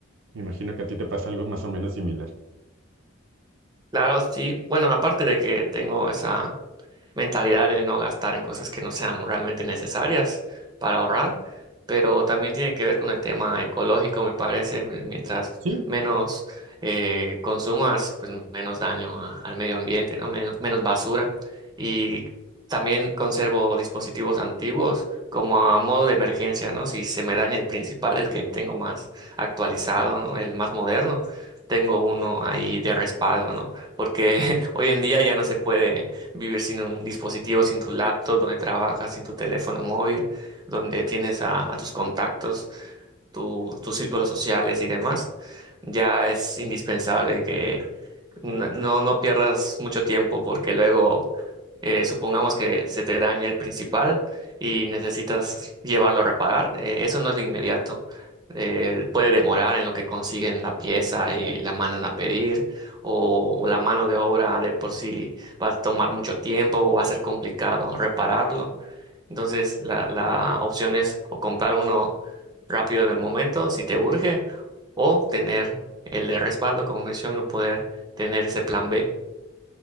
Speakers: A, on the right (about 75°); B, on the right (about 20°).
A: Me imagino que a ti te pasa algo más o menos similar.
B: Claro, sí. Bueno, aparte de que tengo esa... mentalidad de no gastar en cosas que no sean realmente necesarias para ahorrar, pero también tiene que ver con el tema ecológico, me parece, pues, mientras
A: Sí.
B: menos eh, consumas, pues menos daño a- al medio ambiente, ¿no? Menos, menos basura. Y también conservo dispositivos antiguos como a modo de emergencia, ¿no? Si se me daña el principal, el que tengo más actualizado, ¿no? El más moderno. Tengo uno ahí de respaldo, ¿no? Porque <laughs> hoy en día ya no se puede Vivir sin un dispositivo, sin tu laptop, donde trabajas, sin tu teléfono móvil, donde tienes a, a tus contactos, tu- tus círculos sociales y demás. Ya es indispensable que n- No, no pierdas mucho tiempo porque luego eh, supongamos que se te daña el principal y necesitas llevarlo a reparar. eh, eso no es de inmediato. Eh, puede demorar en lo que consiguen la pieza y la mandan a pedir o la mano de obra de por sí va a tomar mucho tiempo o va a ser complicado repararlo. Entonces, la, la opción es o comprar uno rápido en el momento, si te urge, o tener el de respaldo, como menciono, poder tener ese plan B.